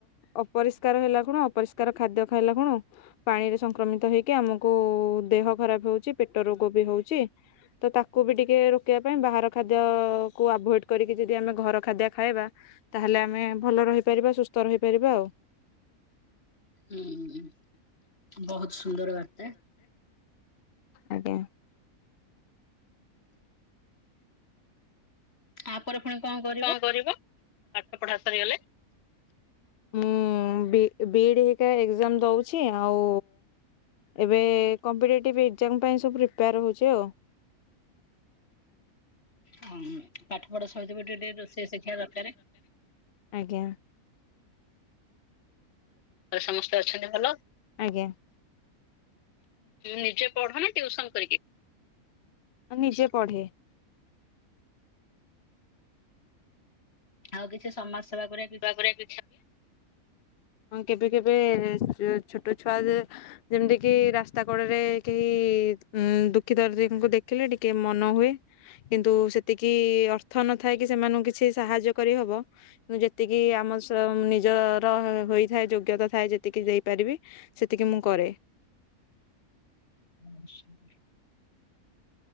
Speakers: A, on the left; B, on the left.
A: ଅପରିଷ୍କାର ହେଲା କଣ ଅପରିଷ୍କାର ଖାଦ୍ୟ ଖାଇଲେ କଣ ପାଣିରେ ସଂକ୍ରମିତ ହେଇକି ଆମକୁ ଦେହ ଖରାପ ହଉଚି ପେଟ ରୋଗ ବି ହଉଚି। ତ ତାକୁ ବି ଟିକେ ବା ପାଇଁ ବାହାର ଖାଦ୍ୟକୁ ଆଭୋଏଡ୍ କରିକି ଯଦି ଆମେ ଘର ଖାଦ୍ୟ ଖାଇବା ତାହେଲେ ଆମେ ଭଲ ରହିପାରିବା, ସୁସ୍ଥ ରହିପାରିବା ଆଉ।
B: ହୁଁ ହୁଁ, ବହୁତ ସୁନ୍ଦର ବାର୍ତ୍ତା,
A: ଆଜ୍ଞା।
B: ଆପରେ ପୁଣି କଣ କ
A: କଣ କରିବ, ପାଠ ପଢା ସରିଗଲେ? ମୁଁ ବି, ବି ଇ ଡି ହେରିକା ଏକଜାମ୍ ଦଉଛି, ଆଉ ଏବେ କମ୍ପିଟେଟିଭ୍ ଏକ୍ଜାମ ପାଇଁ ସବୁ ପ୍ରିପେୟାର ହଉଚି ଆଉ।
B: ହୁଁ, ପାଠ ପଢା ସହିତ ବି ଟିକେ ଟିକେ ରୋଷେଇ ଶିଖିବା ଦରକାର।
A: ଆଜ୍ଞା। ସମସ୍ତେ ଅଛନ୍ତି ଭଲ? ଆଜ୍ଞା। ନିଜେ ପଢ ନା ଟ୍ୟୁସନ୍ କରିକି? ହଁ ନିଜେ ପଢେ।
B: ଆଉ କିଛି ସମାଜ ସେବା ଉପରେ।
A: ତାପରେ <unintelligible> ହଁ କେବେ କେବେ ଛୋଟ ଛୁଆ ଯେ ଯେମିତିକି ରାସ୍ ସ୍ତା କଡରେ କେହି ଉଁ ଦୁଃଖୀ ଦର୍ଦୀଙ୍କୁ ଦେଖିଲେ ଟିକେ ମନ ହୁଏ, କିନ୍ତୁ ସେତିକି ଅର୍ଥ ନଥାଏ କି ସେମାନଙ୍କୁ କିଛି ସାହାଯ୍ୟ କରିହବ, ଯେ ଯେତିକି ଆମସ୍ଵ, ନିଜର ହୋଇଥାଏ, ଯୋଗ୍ୟତା ଥାଏ ଯେତିକି ଦେଇପାରିବି, ସେତିକି ମୁଁ କରେ।
B: <unintelligible>